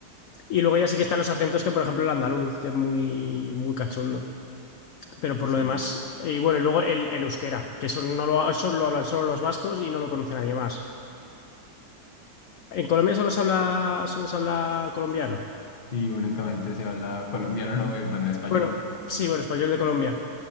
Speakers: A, on the left (about 70°); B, on the left (about 40°).
A: Y luego ya sí que están los acentos, que por ejemplo el andaluz, que es muy, muy cachondo. Pero por
B: Sí.
A: lo demás, eh, y bueno, y luego el, el euskera, que eso no lo, eso lo hablan solo los vascos y no lo conoce nadie más. En Colombia solo se habla, solo se habla colombiano.
B: Sí, únicamente se habla colombiano, no, eh, bueno, español.
A: Bueno, sí,
B: <laughs>
A: bueno, español
B: Sí.
A: de Colombia.